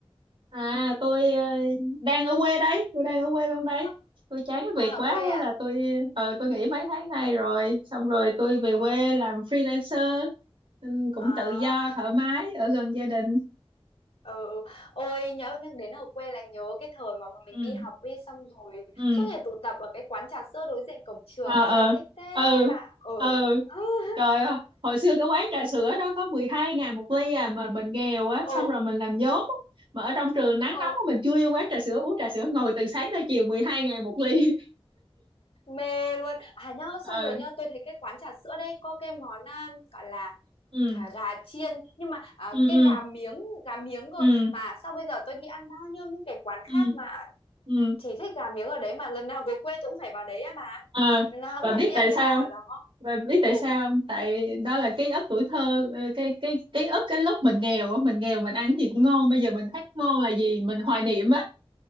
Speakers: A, on the right (about 60°); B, on the left (about 70°).
A: À
B: Ừ.
A: tôi ờ, đang ở quê đấy, tôi đang ở quê luôn đấy.
B: Ơ,
A: Tôi chán cái
B: đang
A: việc
B: ở
A: quá
B: quê à
A: thế là tôi ờ tôi nghỉ mấy tháng nay rồi, xong rồi tôi về
B: ừ
A: quê làm freelancer, ừ, cũng
B: à
A: tự do thoải mái ở gần gia đình.
B: ừ ôi nhớ nhắc đến ở quê lại nhớ cái thời mà bọn mình
A: Ừ
B: đi học đi xong rồi
A: ừ
B: suốt ngày tụ tập ở cái quán trà sữa đối diện cổng trường
A: ờ ờ
B: sao mà thích thế
A: ừ
B: bạn ừ
A: ừ
B: ừ <laughs>
A: trời ơi, hồi xưa cái quán trà sữa đó có mười hai ngàn một ly à mà mình nghèo á,
B: ừ
A: xong rồi mình làm vốn á. mà ở trong trường nắng
B: ừ,
A: nóng á, mình chui vô quán trà sữa uống trà sữa ngồi từ sáng tới chiều mười hai ngàn một ly. <laughs>
B: mê luôn à nhớ
A: Ừ
B: xong rồi nhớ tôi thấy cái quán trà sữa đây có cái món à, gọi là
A: ừ
B: à, gà chiên nhưng mà à,
A: ừ
B: cái
A: ừ
B: gà miếng gà miếng cơ
A: ừ
B: mà sao bây giờ tôi đi ăn bao nhiêu những cái quán
A: ừ
B: khác mà
A: ừ
B: chỉ thích gà miếng ở đấy mà lần nào về quê tôi cũng phải vào đấy à bà
A: à,
B: lần nào
A: và
B: cũng phải
A: biết
B: đi ăn
A: tại
B: gà
A: sao
B: ở đó
A: và biết tại
B: ừ
A: sao không? tại đó là ký ức tuổi thơ ờ, cái cái ký ức cái lúc mình nghèo á mình nghèo mình ăn gì cũng ngon bây giờ mình thấy ngon là gì mình hoài niệm á